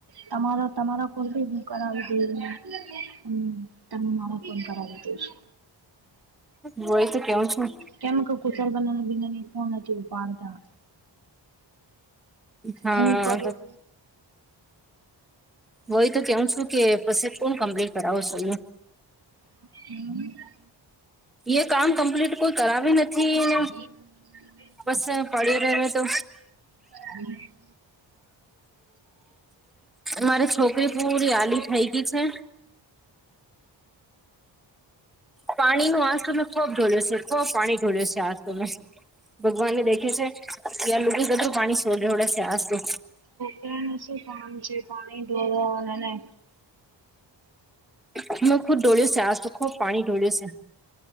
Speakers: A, on the right (about 55°); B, in the centre.
A: તમારા, તમારા કોઈ બી હું કરાવી દેમ, હમ તમે મારો ફોન કરાવી દેજો
B: મોડેથી કેવું છું
A: કેમ કુસળ બના, બિનાની ફોન નથી ઉપાડતા
B: હા,
A: હું કરું
B: હોય તો કેવ છું કે પછી કોણ કમ્પ્લીટ કરાવો છો
A: <unintelligible>
B: એ કામ કમ્પ્લીટ કોઈ કરાવી નથી
A: <unintelligible>
B: ને બસ પડી રહે તો
A: હમ
B: મારી છોકરી પૂરી આલી થઈ ગઈ છે પાણી નો આજ તો મેં ખોબ ઢોલ્યો છે ખોબ પાણી ઢોલ્યો છે આજ તો મેં. ભગવાનને દેખે છે કે આ લોકો કતરુ પાણી છોડે ઢોડે છે આજ તો.
A: ત્યાંનુ શું કામ છે પાણી ઢોળોને
B: ખુબ ડોળ્યો સે આજ તો ખૂબ પાણી ઢોળ્યું છે